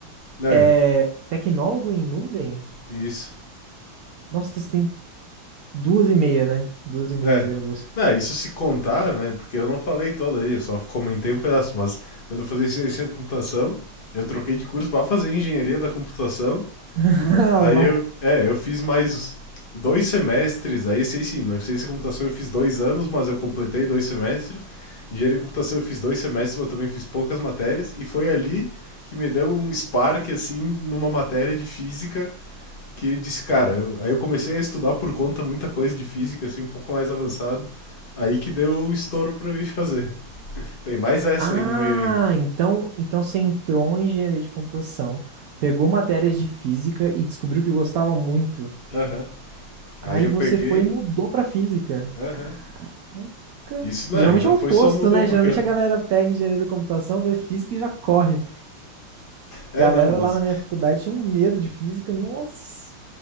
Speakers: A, on the left (about 45°); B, on the right (about 75°).
A: Né?
B: É, tecnólogo em nuvem?
A: Isso.
B: Nossa, você tem duas e meia, né? Duas e meias
A: É.
B: graduação.
A: Né, isso se contar, né? Porque eu não falei toda aí, eu só comentei um pedaço, mas quando eu fazia ciência da computação, eu troquei de curso para fazer engenharia da computação
B: <laughs> Ah
A: Aí
B: lá.
A: eu, é, eu fiz mais dois semestres, aí sei sim, na ciência da computação eu fiz dois anos, mas eu completei dois semestres. Engenharia de computação eu fiz dois semestres, mas eu também fiz poucas matérias, e foi ali que me deu um spark, assim, numa matéria de física, que eu disse, cara, eu- aí eu comecei a estudar por conta muita coisa de física, assim, um pouco mais avançado, aí que deu o estouro pra eu ir fazer. <laughs> Tem mais essa
B: Ah,
A: aí no meio ainda.
B: então, então você entrou em engenharia de computação, pegou matérias de física e descobriu que gostava muito.
A: Aham. Aí
B: Aí
A: eu
B: você
A: peguei,
B: foi e mudou pra física.
A: aham.
B: Nunca-
A: Isso não,
B: Geralmente
A: e não
B: é o
A: foi
B: oposto,
A: só mudou,
B: né?
A: porque...
B: Geralmente a galera pega engenharia da computação, vê física e já corre.
A: É,
B: Galera
A: não, mas...
B: lá na minha faculdade tinha um medo de física. Nossa.